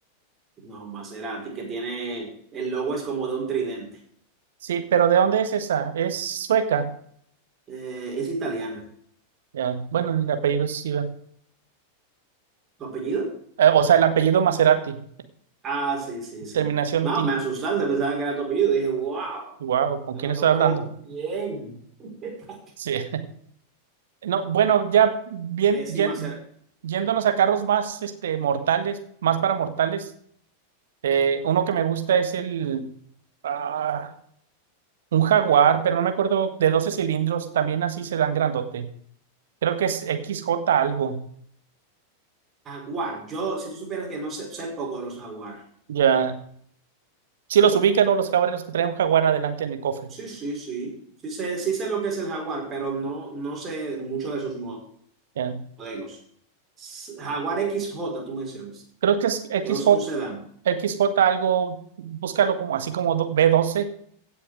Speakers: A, on the right (about 25°); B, on the right (about 60°).
A: no, Maserati, que tiene, el logo es como de un tridente.
B: Sí, pero ¿de dónde es esa? Es sueca.
A: Eh, es italiana.
B: Ya. Bueno, el apellido es Siva.
A: ¿Tu apellido?
B: Eh, o sea, el apellido Maserati,
A: Ah, sí, sí, sí.
B: terminación
A: No,
B: T.
A: me asustaste, pensaba que era tu apellido. Dije, wow,
B: Wow, ¿con
A: hablando
B: quién estoy
A: con
B: hablando?
A: bien. <laughs>
B: Sí. <laughs> No, bueno, ya bien,
A: Eh, sí,
B: ye-
A: Maserati.
B: yéndonos a carros más este, mortales, más para mortales. eh, uno que me gusta es el ah, un Jaguar, pero no me acuerdo de 12 cilindros, también así se dan grandote. Creo que es XJ algo.
A: Jaguar. Yo, si tú supieras que no sé, sé poco de los jaguar.
B: Ya. Si los ubican, ¿no? Los jaguares los que traen un Jaguar adelante en el cofre.
A: Sí, sí, sí. Sí sé, sí sé lo que es el jaguar, pero no, no sé mucho de sus
B: Ya.
A: modelos. S- Jaguar XJ, tú mencionas,
B: Creo que es XJ,
A: que es un sedán.
B: XJ algo, búscalo como así como do- b doce